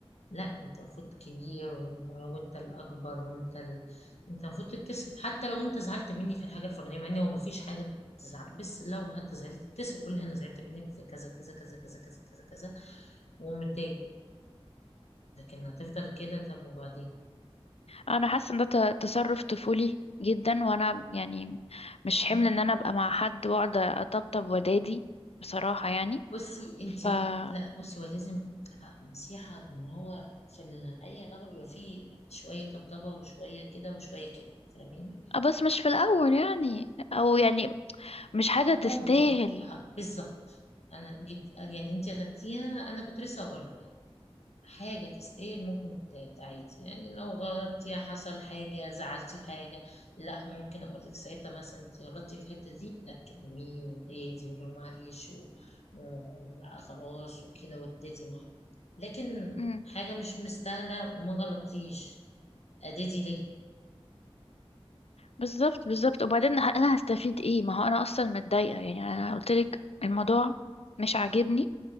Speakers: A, on the left; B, on the left.
A: لا انت المفروض كبير و- وانت الاكبر وانت ال... انت المفروض تتصل حتى لو انت زعلت مني في الحاجة الفلانية مع ان هو ما فيش حاجة تزعل بس لو حتى زعلت تتصل قول لي انا زعلت منك في كذا كذا كذا كذا كذا كذا كذا ومتضايق لكن هتفضل كده طب وبعدين
B: انا حاسه ان ده ت- تصرف طفولي جدا وانا يعني مش
A: مم.
B: حمل ان انا ابقى مع حد واقعد اطبطب ودادي بصراحه يعني
A: بصي انت
B: ف آه،
A: لا بصي هو لازم آه، نصيحة ان هو في ال- اي علاقة بيبقى فيه شوية طبطبة وشوية كده وشوية كده فاهماني
B: بس مش في الاول يعني او يعني مش حاجه
A: ممكن
B: تستاهل
A: آه، بالظبط انا جيت يعني انت اخدتيها انا كنت لسه هقولها حاجة تستاهل ممكن تتعيد يعني لو غلطتي حصل حاجة زعلتي في حاجة لا ممكن أقولك ساعتها مثلا انت غلطتي في الحتة دي لا كلميه وهادي وقولي له معلش و- و- لا خلاص وكده وتدادي معاه لكن
B: امم
A: حاجة مش مستاهلة وما غلطتيش أدادي ليه
B: بالظبط بالظبط وبعدين ه- انا هستفيد ايه ما هو انا اصلا متضايقه يعني انا قلت لك الموضوع مش عاجبني